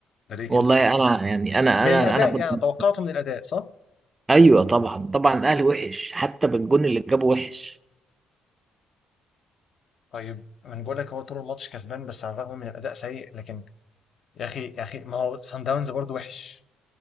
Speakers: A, on the left; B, on the right.
A: ده ليه
B: والله
A: كده
B: انا يعني انا
A: من
B: انا
A: الاداء
B: انا كنت
A: يعني
B: <laughs>
A: توقعته من الاداء صح
B: ايوه طبعا طبعا الاهلي وحش حتى بالجون اللي جابه وحش
A: طيب انا بقول لك هو طول الماتش كسبان بس على الرغم من الاداء سيء لكن يا اخي يا اخي ما هو سان داونز برضه وحش